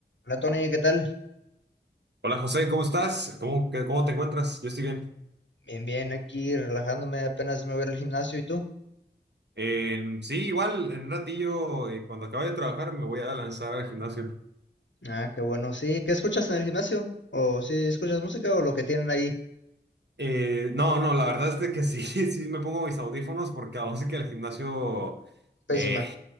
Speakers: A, on the left; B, on the right.
A: Hola Tony, ¿qué tal?
B: Hola José, ¿cómo estás? ¿Cómo, qué? cómo te encuentras? Yo estoy bien.
A: Bien, bien, aquí relajándome, apenas me voy a ir al gimnasio, ¿y tú?
B: Em, sí, igual en un ratillo, eh, cuando acabe de trabajar, me voy a lanzar al gimnasio.
A: Ah, qué bueno, sí, ¿qué escuchas en el gimnasio? ¿O si escuchas música o lo que tienen ahí?
B: Eh, no, no, la verdad es de que sí, <laughs> sí me pongo mis audífonos porque aún sí que el gimnasio,
A: Pésima.
B: eh,